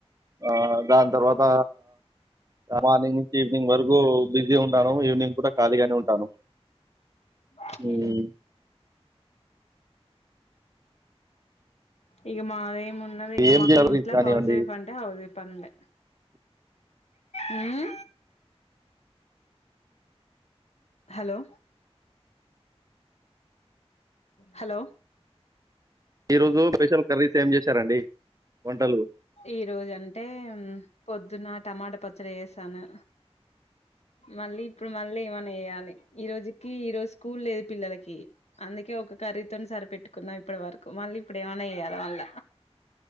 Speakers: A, on the right; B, on the left.
A: ఆ దాని తర్వాత మార్నింగ్ నుంచి ఈవినింగ్ వరకు బిజీ ఉంటాను ఈవినింగ్ కూడా ఖాళీగానే ఉంటాను
B: ఉహు
A: హ్మ్.
B: ఇగా మాదేమి ఉన్నది ఇక
A: ఏం
B: మాకు
A: చేయాలి
B: ఇంట్లో
A: కానివ్వండి.
B: హౌస్ వైఫ్ అంటే హౌస్ వైఫ్ అండి ఉమ్మ్ హలో హలో
A: ఈ రోజు స్పెషల్ కర్రీస్ ఏం చేశారండి వంటలు?
B: ఈ రోజు అంటే పొద్దున్నటి టమాటా పచ్చడి చేశాను
A: <inaudible>
B: మళ్లీ ఇప్పుడు మళ్లీ ఏమనా చెయ్యాలి ఈ రోజుకి ఈ రోజు స్కూల్ లేదు పిల్లలకి అందుకే ఒక కర్రీతోని సరిపెట్టుకున్నాం ఇప్పటి వరకు మళ్లీ ఇప్పుడు ఏమనా చెయ్యాలా మళ్ళ